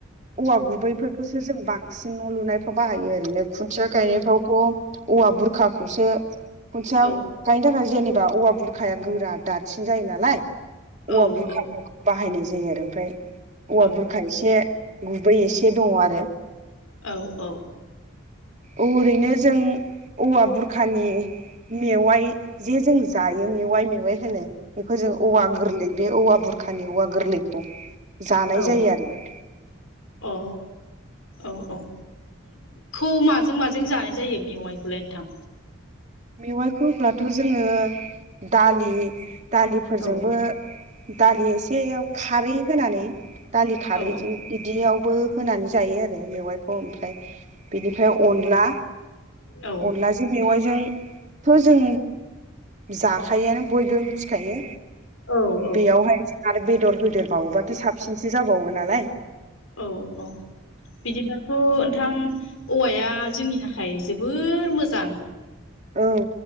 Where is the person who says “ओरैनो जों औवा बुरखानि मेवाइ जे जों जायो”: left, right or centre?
Right